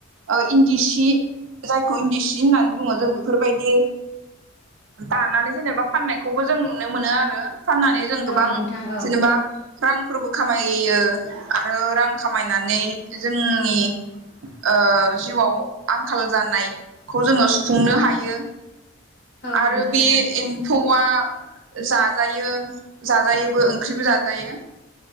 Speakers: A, on the right (about 75°); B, on the left (about 60°).
A: ओ इन्दि सि जायखौ इन्दि सि होननानै बुङो जों बेफोरबायदि दानानै जेनेबा फाननायखौबो जों नुनो मोनो आरो फाननानै जों गोबां
B: औ नोंथां औ
A: जेनेबा रांफोरबो खामायो आरो रां खाम- मायनानै जोंनि ओ जिउआव आंखाल जानायखौ जोङो सुफुंनो हायो
B: औ
A: आरो
B: नोंथां
A: बे
B: औ
A: एम्फौआ जाजायो जाजायोबो ओंख्रिबो जाजायो